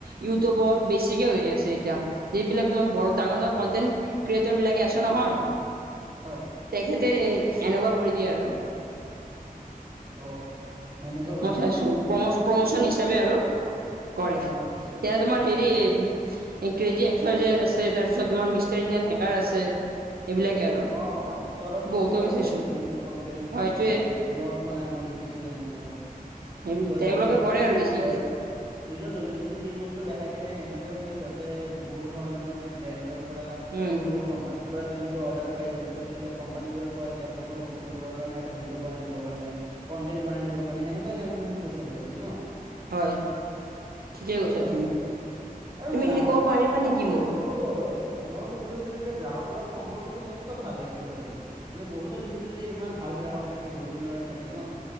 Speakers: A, on the right; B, on the right.
A: ইউটউবত বেছিকে হৈ আছে এতিয়া, এইবিলাক বৰ ডাঙৰ ডাঙৰ কনটেন্ট ক্ৰিয়েটৰ বিলাকে আছে নহয়।
B: হয়
A: তেখেতে এনেকুৱা কৰি দিয়ে আৰু।
B: অ', সেনেকুৱা হৈ
A: মই
B: যায়
A: চাইছো,
B: ন?
A: প্ৰম প্ৰমচন হিচাপে আৰু। কৰে,
B: অ', ঠিকে
A: তেওঁ
B: কৈছে,
A: তোমাৰ
B: ঠিকে
A: হেৰি
B: কৈছে।
A: ক্ৰেজি এস্ক উৱাই জেড আছে, তাৰপিছত তোমাৰ মিষ্টাৰ ইন্দিয়ান হেকাৰ আছে। এইবিলাকে আৰু।
B: অ' হয়, সৌৰভ যোশীও
A: বহুতকে
B: আছে,
A: চাইছো
B: এজনে কনটেণ্ট ক্ৰিয়েট
A: হয় এইটোয়ে
B: কৰে। ব্লগ বনাই মই দেখিছো যেনেকুৱা,
A: সেই
B: সিহঁতে
A: তেওঁলোকে
B: ব্লগত
A: কৰে
B: শুনি
A: আৰু
B: নিজৰ
A: বেছিকে
B: নিজৰ দৈনন্দিন জীৱনটো দেখাই কেনে, সেনেকৈ মানে সিহঁতে বহুত ধৰণৰ মানে ব্ৰেণ্ডৰ পৰা,
A: উম
B: তোমাৰ বহুত কোম্পানীৰ পৰা তেওঁলোকে অৰ্ডাৰ পাই, তাৰপিছত এইফালে কম্পানীবোৰে কয়, তেওঁলোকৰ বস্তুবোৰৰ কাৰণে এটা ভিডিঅ' বনাই দিব কাৰণে। কনটেন্ট বনাই দিব কাৰণে, সেনেকৈ তেওঁলোকে বহুত পইচা পাই যায় ন।
A: হয় ঠিকে
B: তাকে
A: কৈছা
B: আৰু।
A: তুমি
B: আৰু
A: তুমি
B: গ্ৰাহকৰ
A: হেৰি ক'ব
B: লগত
A: পাৰিবা
B: সম্পৰ্ক
A: নেকি মোক
B: ত' মই সুধিব লৈছিলোঁ যে, গ্ৰাহকৰ লগত সম্পৰ্কটো কেনেকৈ ভাল ৰাখিব পাৰি? মানে বহুতো দেখিছো যে ইমান ভাল গ্ৰাহক থাকে, বহুত দিনলে থাকে ন।